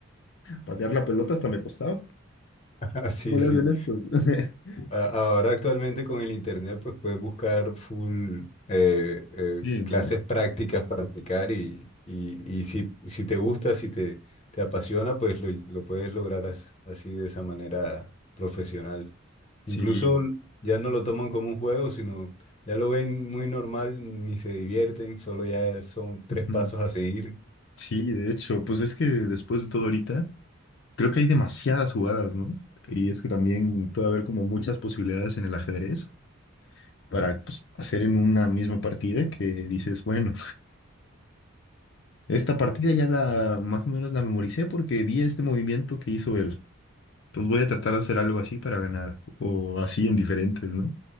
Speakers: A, on the left; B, on the left.
A: patear la pelota hasta me costaba.
B: Así,
A: ¿Cómo
B: sí.
A: es en esto? <laughs>
B: A- Ahora actualmente con el internet pues puedes buscar full eh, eh,
A: Sí, ¿no?
B: clases prácticas para aplicar y, y, y si, si te gusta, si te, te apasiona, pues lo, lo puedes lograr as- así de esa manera profesional.
A: Sí.
B: Incluso ya no lo toman como un juego, sino ya lo ven muy normal, ni se divierten, solo ya son tres
A: Ujú.
B: pasos a seguir.
A: Sí, de hecho, pues es que después de todo ahorita, creo que hay demasiadas jugadas, ¿no? Y es que también puede haber como muchas posibilidades en el ajedrez para pues, hacer en una misma partida que dices, bueno, esta partida ya la más o menos la memoricé porque vi este movimiento que hizo él. Entonces voy a tratar de hacer algo así para ganar o así en diferentes, ¿no?